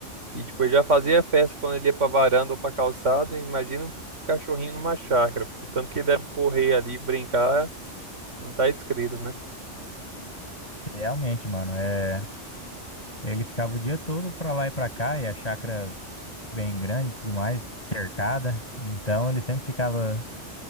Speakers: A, on the right; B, on the left.
A: E tipo, ele já fazia festa quando ele ia pra varanda ou pra calçada. e Imagina um cachorrinho numa chácara. O tanto que ele deve correr ali, brincar, não tá escrito, né?
B: Realmente, mano, é, ele ficava o dia todo pra lá e pra cá, e a chácara bem grande e tudo mais, cercada. Então ele sempre ficava